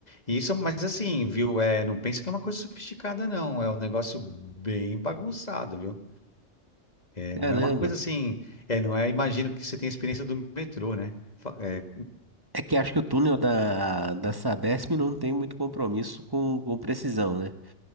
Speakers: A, on the left; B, on the right.
A: E isso, mas assim, viu? É, não pensa que é uma coisa sofisticada, não. É um negócio bem bagunçado, viu? É,
B: caramba.
A: não é uma coisa assim. É, não é. Imagino que você tem a experiência do metrô, né? Fa- é,
B: É que acho que o túnel da, da Sabesp não tem muito compromisso com, com precisão, né?